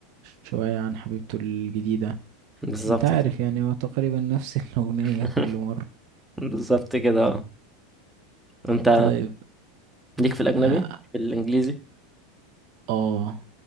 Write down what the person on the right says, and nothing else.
شوية عن حبيبته الجديدة
انت عارف
يعني هو تقريبا نفس <laughs> الأغنية
كل مرة
طيب
اه
آه،